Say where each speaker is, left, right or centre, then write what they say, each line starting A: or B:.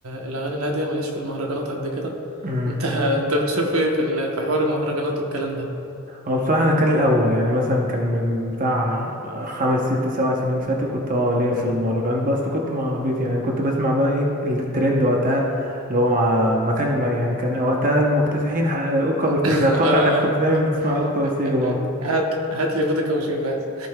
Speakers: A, on the right (about 75°); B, on the right (about 40°).
A: الاغاني الهاديه ماليش في المهرجانات قد كده
B: امم
A: انت انت بتشوف ايه في ال... في حوار المهرجانات والكلام ده
B: هو بصراحه انا كان الاول يعني مثلا كان من بتاع خمس ست سبع سنين فاتوا كنت اه ليا في المهرجانات بس كنت مع عبيط يعني كنت بسمع بقى ايه الترند وقتها اللي هو مع ما كان ما يعني كان وقتها المكتسحين ح- اوكا
A: <laughs>
B: اورتيجا
A: اه آه
B: اتوقع انك كنت دايما بتسمع اوكا اورتيجا
A: آه،
B: برضه
A: هات هات لي فودكا وشوف بس